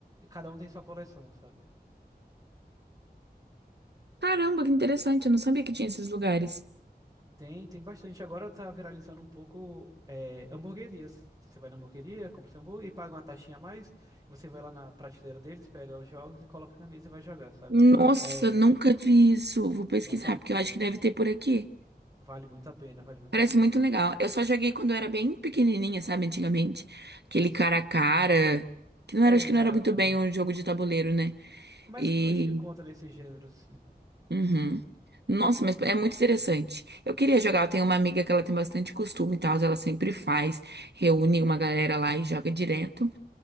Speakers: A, on the right (about 20°); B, on the right (about 85°).
A: cada um tem sua coleção, sabe?
B: caramba, que interessante. Eu não sabia que tinha esses lugares.
A: Tem, tem bastante. Agora tá viralizando um pouco é, hamburguerias. Você vai na hamburgueria, compra seu hambúrguer e paga uma taxinha a mais. Você vai lá na prateleira deles, pega os jogos e coloca na mesa e vai jogar, sabe?
B: Nossa,
A: É,
B: nunca vi isso. Vou pesquisar,
A: nossa,
B: porque eu acho que deve ter por aqui.
A: vale muito a pena, vale muito
B: Parece
A: a pena.
B: muito legal. Eu só joguei quando eu era bem pequenininha, sabe, antigamente. Aquele
A: Sim, sim.
B: cara a cara, que não
A: É,
B: era, acho
A: exato.
B: que não era muito bem um jogo de tabuleiro, né?
A: Mas
B: E
A: co- acho que conta nesse gênero, sim.
B: Uhum. Nossa, mas é muito interessante. Eu queria jogar. Eu tenho uma amiga que ela tem bastante costume e tal. Ela sempre faz, reúne uma galera lá e joga direto.